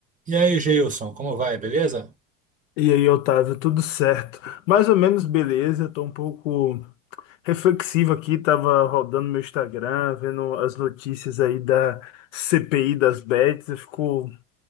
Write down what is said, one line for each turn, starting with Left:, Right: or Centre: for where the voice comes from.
Right: E aí, Geilson, como vai? Beleza?
Left: E aí, Otávio, tudo certo? Mais ou menos beleza, eu tô um pouco reflexivo aqui, tava rodando meu Instagram, vendo as notícias aí da CPI das bets, eu fico um